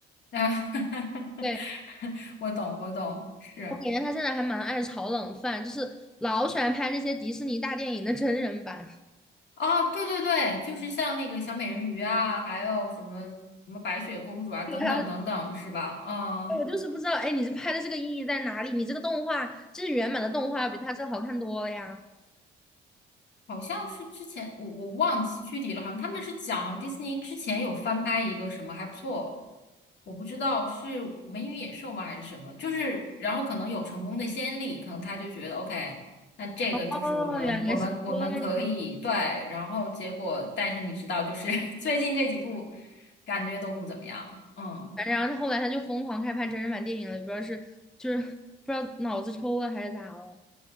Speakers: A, on the left; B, in the centre.
A: 啊，<laughs>
B: 对，
A: 我懂，我懂，是。
B: 我感觉他现在还蛮爱炒冷饭，就是老喜欢拍那些迪士尼大电影的真人版。<laughs>
A: 啊，对对对，就是像那个小美人鱼啊，还有什么什么白雪公主啊，
B: 对啊，
A: 等等等等，是吧？嗯，
B: 我就是不知道，哎，你这拍的这个意义在哪里？你这个动画，就是原版的动画，比他这好看多了呀。
A: 好像是之前我我忘记具体了，好像他们是讲好像迪士尼之前有翻拍一个什么还不错，我不知道是《美女与野兽》吗还是什么，就是然后可能有成功的先例，可能他就觉得 OK，那这个就是我们我们我们可以对，
B: 哦，原来是这样。
A: 然后结果但是你知道，就是 <laughs> 最近这几部感觉都不怎么样，嗯
B: 然后他后来他就疯狂开拍真人版电影了，也不知道是就是不知道脑子抽了还是咋了，